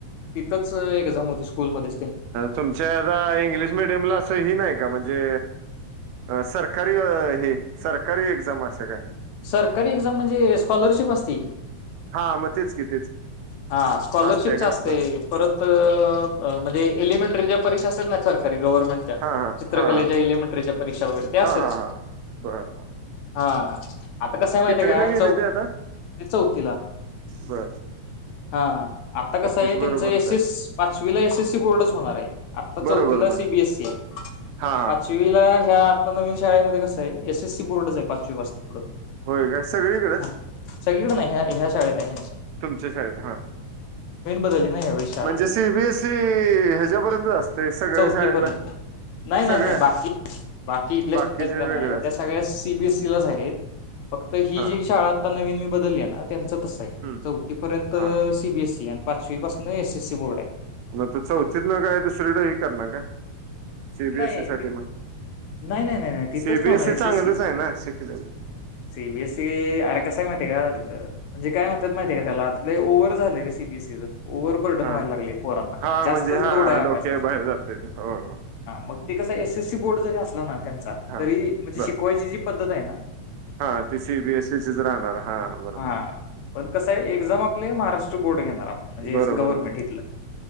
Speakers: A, on the left; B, on the right.
A: तिथंच एक्झाम होती स्कूलमध्ये
B: तुमच्या आ इंग्लिश मिीडियम ला असं ह नाही का म्हणजे, जे सरकारी हे सरकारी एक्झाम अस काय
A: सरकारी एक्झाम म्हणजे स्कॉलरशिप असते की
B: हा मग तेच की तेच की
A: हा स्कॉलरशिप
B: असते काय
A: असतय
B: स्कॉलरश
A: परत ज एलिमेंटरीच्या परीक्षा असेल ना सरकरी गव्हर्नमेंटच्या
B: हा हा
A: चित्रकलेच्या
B: हा हा
A: एलिमेंटरीच्या परीक्षा वगैर असेच
B: हा हा हा बरं बर
A: हा आता कसं आहे माहिती
B: कितवीला
A: आहे का
B: गेले
A: चौ
B: ते आता
A: चौथीला
B: बर
A: हा आता कसं
B: कप्पीश
A: आहे त्यांच
B: बरोबरच
A: एस
B: आहे
A: एस पाचवीला एस एससी बोर्डच होणार आहे, आता चौथीला
B: बरोबर
A: सीबीएससी
B: बर
A: आहे
B: हा
A: पाचवीला ह्या तर नवीन शाळेमध्ये कस आहे एस एस बोर्डच
B: हा
A: आहे पाचवी पासून पुढं.
B: होय काय सगळीकडेच.
A: हा सगळीकडे नाही ह्या ह्या शाळेत हाय, ह्या.
B: तुमच्या शाळेत हा
A: बदलली ना यावेळी शाळा
B: म्हणजे सी, बीएसई ह्याच्यापर्यंत असते सगळ्या
A: चौथी
B: शाळेना,
A: पर्यंत नाही नाही
B: सगळ्या
A: नाही बाकी बाकी इथल्या
B: बाकीचे
A: शाळेत का नाही
B: वेगळ असत.
A: त्या सगळ्या सीबीएसईलाच आहेत. फक्त ही
B: हा
A: जी शाळा आता नवीन बदलल्या ना. त्यांच तस आहे.
B: हम्म.
A: चौथीपर्यंत
B: हा
A: सी. बीएसई आणि. पाचवी पासून एस, एसी बोर्ड आहे.
B: मग आता चौथीतन काय दुसरीकडे हे करणार काय. सीबीएसई
A: नाही
B: साठी
A: ती
B: मग
A: नाही, नाही, नाही, नाही तिथंच
B: सीबीएसई
A: ठेवणार एस.
B: चांगलंच
A: ससी
B: आहे ना शिकलेलं
A: सी. बीएससई अरे कस आहे माहिती आहे का. म्हणजे काय म्हनत्यात माहितीय का, त्याला लई ओव्हर झालं र सी. बीएसईचं. ओव्हरबर्डन
B: हा
A: व्हायला लागले पोरांना,
B: हा
A: जास्तच
B: म्हणजे हा
A: लोड आहे अभ्यासाचा.
B: डोक्या बाहेर जाते ते. हो हो
A: मग ते कस हाय एस. एससी बोर्ड जरी असला ना. त्याचा
B: हा
A: तरी म्हणजे
B: बर
A: शिकवायची जी पद्धत आहे. ह.
B: हा ती सी. बी. एसीच राहणार हा बरोबर.
A: हा पण कसं एक्झाम आपले महाराष्ट्र बोर्ड घेणार. म्हणजे
B: बरोबर
A: गव्हर्नमेंट
B: बर
A: हितल,